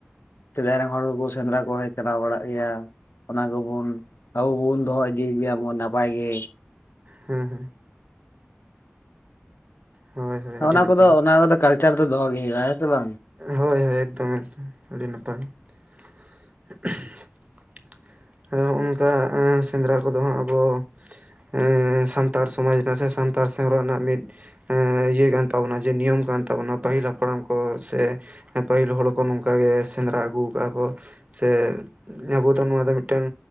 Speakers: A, on the left; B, on the right.
A: ᱥᱮᱫᱟᱭ ᱨᱮᱱ ᱦᱚᱲ ᱦᱚᱸᱠᱚ ᱥᱮᱸᱫᱽᱨᱟ ᱠᱚᱣᱟ ᱪᱟᱞᱟᱣ ᱵᱟᱲᱟᱜ ᱜᱮᱭᱟ᱾ ᱚᱱᱟ ᱠᱚᱵᱚᱱ ᱟᱵᱚ ᱵᱚᱱ ᱫᱚᱦᱚ ᱤᱫᱤᱭᱮᱫ ᱜᱮᱭᱟ ᱵᱚᱱ ᱱᱟᱯᱟᱭ ᱜᱮ᱾
B: ᱦᱮᱸ ᱦᱮᱸ ᱦᱳᱭ ᱦᱳᱭ ᱟᱹᱰᱤ
A: ᱚᱱᱟ
B: ᱱᱟᱯᱟᱭ
A: ᱠᱚᱫᱚ ᱚᱱᱟ ᱠᱚᱫᱚ ᱠᱟᱞᱪᱟᱨ ᱫᱚ ᱫᱚᱦᱚ ᱜᱮ ᱦᱩᱭᱩᱜᱼᱟ ᱦᱮᱸ ᱥᱮ ᱵᱟᱝ᱾
B: ᱦᱳᱭ ᱦᱳᱭ ᱮᱠᱫᱚᱢ ᱮᱠᱫᱚᱢ ᱟᱹᱰᱤ ᱱᱟᱯᱟᱭ᱾ <unintelligible> ᱟᱫᱚ ᱦᱚᱸᱜᱼᱟ ᱱᱚᱝᱠᱟ ᱥᱮᱸᱫᱽᱨᱟ ᱠᱚᱫᱚ ᱦᱟᱸᱜ ᱟᱵᱚ᱾ ᱮ ᱥᱟᱱᱛᱟᱲ ᱥᱚᱢᱟᱡᱽ ᱨᱮᱱᱟᱜ ᱥᱮ ᱥᱟᱱᱛᱟᱲ ᱥᱮᱨᱣᱟ ᱨᱮᱱᱟᱜ ᱢᱤᱫ᱾ ᱦᱮᱸ ᱤᱭᱟᱹ ᱠᱟᱱ ᱛᱟᱵᱚᱱᱟ, ᱡᱮ ᱱᱤᱭᱚᱢ ᱠᱟᱱ ᱛᱟᱵᱚᱱᱟ ᱯᱟᱹᱦᱤᱞ ᱦᱟᱯᱲᱟᱢ ᱠᱚ ᱥᱮ ᱯᱟᱹᱦᱤᱞ ᱦᱚᱲ ᱠᱚ ᱱᱚᱝᱠᱟ ᱜᱮ ᱥᱮᱸᱫᱽᱨᱟ ᱟᱹᱜᱩ ᱠᱟᱜᱼᱟ ᱠᱚ ᱥᱮ ᱟᱵᱚ ᱫᱚ ᱱᱚᱣᱟ ᱫᱚ ᱢᱤᱫ ᱴᱟᱝ